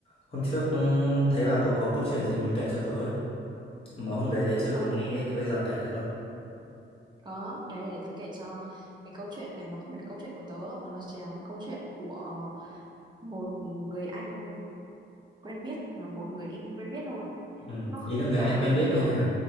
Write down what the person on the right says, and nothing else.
Ờ,
có đấy để tớ kể cho cái câu chuyện này nó không phải là câu chuyện của tớ mà nó chỉ là câu chuyện của một người anh quen biết và một người em quen biết thôi
nó không
hai
người
đến
phải được